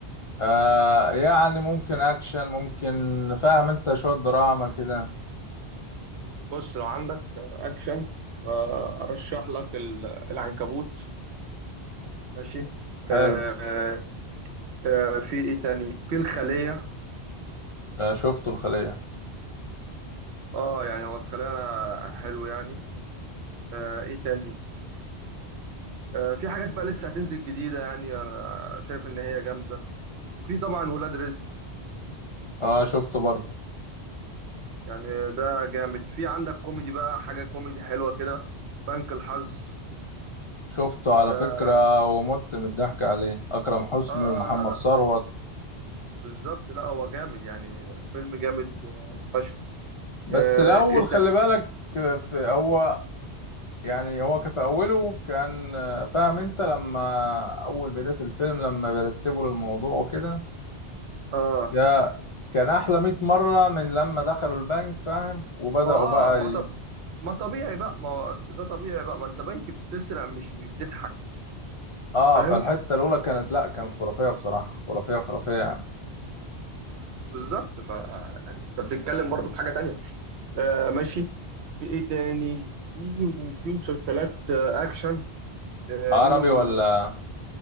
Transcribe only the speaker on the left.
آه يعني ممكن اكشن ممكن فاهم انت شوية دراما كده
حلو
آه شفته الخلية
اه شفته برضو
شفته على
فكرة ومت من الضحك عليه اكرم حسني
ومحمد
ثروت
بس
الاول
خلي
بالك في هو يعني هو كان في اوله كان آه، فاهم انت لما اول بداية الفيلم لما بيرتبوا للموضوع وكده
يا كان احلى 100 مره من لما دخلوا البنك فاهم وبداوا
بقى
ي...
اه
فالحته الاولى كانت لا كانت خرافيه بصراحه خرافيه خرافيه يعني
عربي
ولا